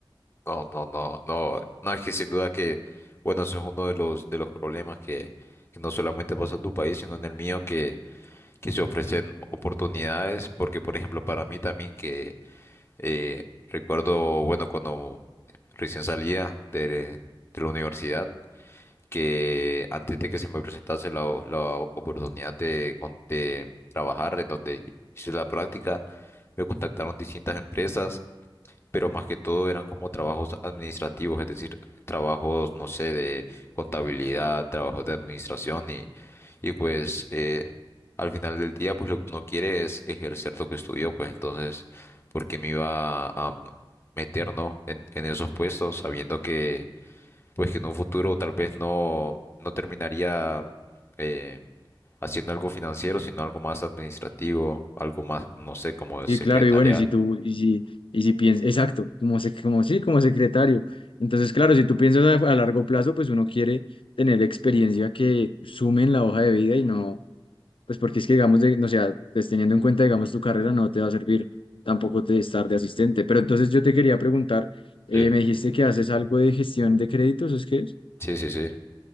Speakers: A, on the left; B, on the left.
A: No, no, no, no. No, es que sin duda que, bueno, eso es uno de los, de los problemas que, que no solamente pasa en tu país, sino en el mío, que que se ofrecen oportunidades, porque por ejemplo para mí también que eh, recuerdo, bueno, cuando recién salía de, de la universidad, que antes de que se me presentase la, o- la oportunidad de, con- de trabajar en donde hice la práctica, me contactaron distintas empresas pero más que todo eran como trabajos administrativos, es decir, trabajos, no sé, de contabilidad, trabajos de administración y, y pues eh, al final del día pues lo que uno quiere es ejercer lo que estudió, pues entonces, ¿por qué me iba a meter, no, en, en esos puestos sabiendo que pues que en un futuro tal vez no, no terminaría eh, haciendo algo financiero, sino algo más administrativo, algo más, no sé, como
B: Sí,
A: secretarial?
B: claro, y bueno, y si tú, y si, y si piensas, exacto, como, se, como sí, como secretario. Entonces, claro, si tú piensas a, a largo plazo, pues uno quiere tener experiencia que sume en la hoja de vida y no, pues porque es que, digamos, de, no sea, pues teniendo en cuenta, digamos, tu carrera no te va a servir tampoco te estar de asistente. Pero entonces yo te quería preguntar, eh,
A: Sí,
B: me dijiste que haces algo de gestión de créditos, ¿es que es?
A: sí, sí. sí.